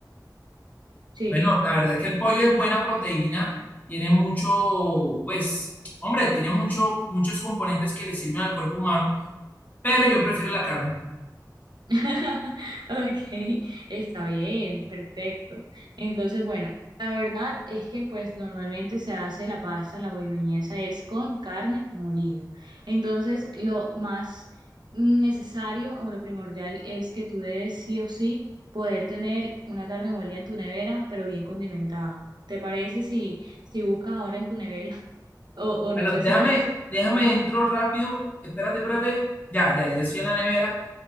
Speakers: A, on the right; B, on the left.
A: Sí.
B: Bueno, la verdad es que el pollo es buena proteína, tiene mucho, pues, hombre, tiene mucho, muchos componentes que le sirven al cuerpo humano, pero yo prefiero
A: Ujú.
B: la carne.
A: <laughs> Ok, está bien, perfecto. Entonces, bueno, la verdad es que pues normalmente se hace la pasta, la boloñesa es con carne molida. Entonces, lo más necesario o lo primordial es que tú debes sí o sí poder tener una carne molida en tu nevera, pero bien condimentada. ¿Te parece si, si buscas ahora en tu nevera <laughs> o, o
B: Bueno,
A: no sé
B: déjame,
A: si cuando hiciste
B: déjame
A: la compra,
B: entro rápido. Espérate, espérate. Ya, ya, ya estoy en la nevera.